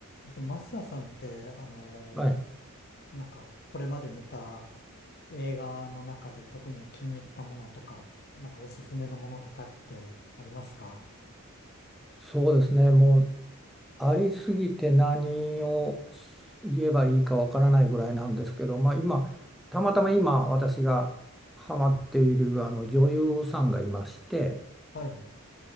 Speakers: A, on the left; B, in the centre.
A: えっとマスヤさんって、あの
B: はい、
A: ーなんか、これまで見た映画の中で特に気に入ったものとか、なんかおすすめのものとかってありますか
B: そうですね、もうありすぎて何を言えばいいかわからないぐらいなんですけど、まあ、今、たまたま今、私がハマっているあの女優さんがいまして、
A: はい。